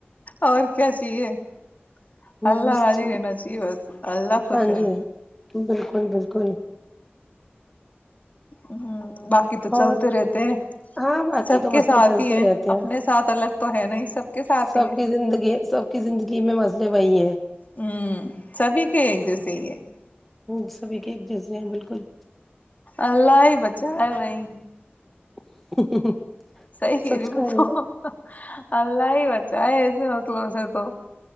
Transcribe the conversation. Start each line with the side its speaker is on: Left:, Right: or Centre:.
Left: اور کیا چاہیے <unintelligible> اللہ
Centre: بس
Left: راضی
Centre: ٹھیک
Left: رہ ناچی بس اللہ خوش
Centre: ہاں
Left: رہ
Centre: جی بالکل بالکل <unintelligible>
Left: ہوں <inaudible> باقی تو چلتے
Centre: اور
Left: رہتے ہیں
Centre: ہاں باقی
Left: سب
Centre: تو
Left: کے
Centre: مسئلے
Left: ساتھ
Centre: چلتے
Left: ہی ہیں
Centre: رہتے
Left: اپنے ساتھ الگ تو ہے ن سب کے ساتھ
Centre: سب
Left: ہی ہیں
Centre: کی زندگی سب کی زندگی میں مسئلے وہی ہیں
Left: ہ سبھی کے پ ہے <unintelligible>
Centre: وہ سبھی کے ایک جزے ہیں بالکل
Left: اللہ ہی بچائے بائی
Centre: <inaudible>
Left: صحیح کر
Centre: سچ
Left: رہی
Centre: کہہ
Left: میں
Centre: رہے
Left: تو
Centre: ہو
Left: اللہ ہی بچائے ہے ایسے مسئلوں سے <unintelligible> تو <unintelligible>